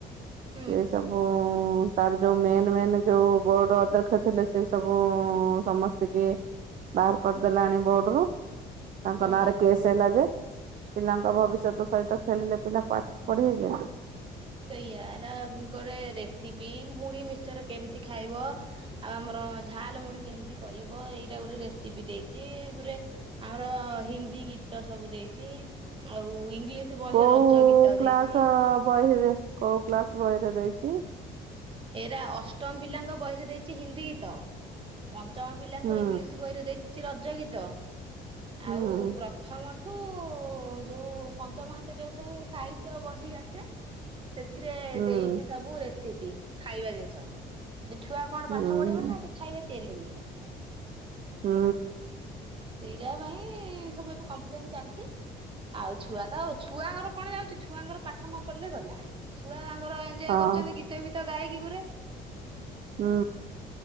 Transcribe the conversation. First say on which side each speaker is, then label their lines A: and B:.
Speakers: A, on the right; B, on the right.
A: ହୁଁ
B: ସେ ସବୁ। ତାର ଯୋଉ ମେନ୍, ମେନ୍ ଯୋଉ ବୋର୍ଡ ଅଧ୍ୟକ୍ଷ ଥିଲେ ସେ ସବୁ ଉ ସମସ୍ତ କି ବାହାର କରିଦେଲାଣି ବୋର୍ଡରୁ। ତାଙ୍କ
A: ହଁ
B: ନାଁରେ
A: ବା।
B: କେସ୍ ହେଲା ଯେ। ପିଲାଙ୍କ ଭବିଷ୍ୟତ ସହିତ ଖେଳିଲେ ପିଲା ପାଠ ପଢିବେ କେମିତି?
A: ସେଇଆା ଏଟା ଗୋଟେ ରେସିପି ମୁଢି ମିଚର କେମିତି ଖାଇବ? ଆଉ ଆମର ଝାଲ ମୁଢି କେମିତି କରିବ? ଏଇଟା ଗୁରେ ରେସିପି ଦେଇଚି। ଗୁରେ ଆମର ହିନ୍ଦୀ ଗୀତ ସବୁ ଦେଇଛି। ଆଉ ଇଂଲିଶ ବହିରେ
B: କୋଉ
A: ରଜ ଗୀତ
B: କ୍ଲାସ
A: ଦେଇଛି
B: ବହିରେ? କୋଉ କ୍ଳାସ ବହିରେ ଦେଇଛି?
A: ଏରା ଅଷ୍ଟମ ପିଲାଙ୍କ ବହିରେ ଦେଇଛି ହିନ୍ଦୀ ଗୀତ। ପଞ୍ଚମ ପିଲାଙ୍କ
B: ହୁଁ
A: ଇଂଲିଶ ବହିରେ ଦେଇଛି ରଜ ଗୀତ।
B: ହୁଁ
A: ଆଉ ପ୍ରଥମ ଏଠୁ ଯୋଉ ପଞ୍ଚମ ହାତ ଯୋଉ ସବୁ ସାହିତ୍ୟ ବହି ଆସେ ସେଥିରେ
B: ହୁଁ
A: ଦେଇଛି ସବୁ ରେସିପି, ଖାଇବା ଜିନିଷ ସେ ଛୁଆ କଣ
B: ହୁଁ
A: ପାଠ ପଢିବେ ନା ଖାଇବା ତିଆରି କରିବେ?
B: ହୁଁ।
A: ସେଇଟା ପାଇଁ ସବୁ ଏବେ କମ୍ପ୍ଲେନ ଚାଲିଛି ଆଉ ଛୁଆ ତ ଛୁଆଙ୍କର କଣ ଯାଉଛି ଛୁଆଙ୍କର ପାଠ ନ ପଢିଲେ ଗଲା ଛୁଆ ତାଙ୍କୁ ତାଙ୍କର ଏନଜୟେ
B: ହଁ
A: କରୁଛନ୍ତି ଗୀତ ଗୀତ ଗାଇକି ଗୁରେ
B: ହୁଁ।